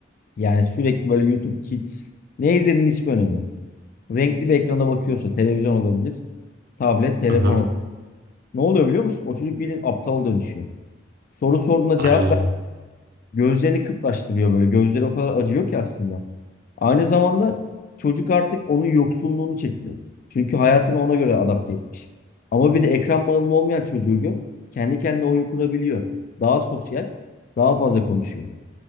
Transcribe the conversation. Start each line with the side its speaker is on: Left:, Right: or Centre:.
Left: yani sürekli böyle YouTube Kids ne izlediğinin hiçbir önemi yok. Renkli bir ekrana bakıyorsa televizyon olabilir, tablet, telefon
Right: hı hı.
Left: olabilir. Ne oluyor biliyor musun? O çocuk bildiğin aptala dönüşüyor. Soru sorduğuna cevap
Right: Aynen.
Left: ver. Gözlerini kıpraştırıyor böyle. Gözleri o kadar acıyor ki aslında. Aynı zamanda çocuk artık onun yoksunluğunu çekiyor. Çünkü hayatını ona göre adapte etmiş. Ama bir de ekran bağımlı olmayan çocuğu gör. Kendi kendine oyun kurabiliyor. Daha sosyal, daha fazla konuşuyor.